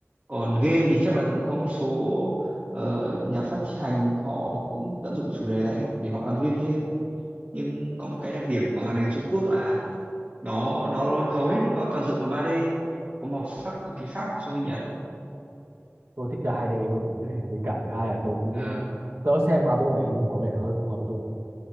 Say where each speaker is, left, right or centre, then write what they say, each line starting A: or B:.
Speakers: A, on the right; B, on the right.
A: còn game thì chắc là cũng có một số ờ, nhà phát hành họ cũng tận dụng chủ đề này để họ làm game thêm nhưng có một cái đặc điểm của hoạt hình Trung Quốc là nó nó hầu hết nó toàn dựng bằng ba d có màu sắc cực kỳ khác so với Nhật
B: tôi thích chơi hai d hơn <laughs> với cả thứ hai là tôi cũng
A: Ờ,
B: đỡ xem qua bộ đấy nhưng có vẻ hơi không hợp tôi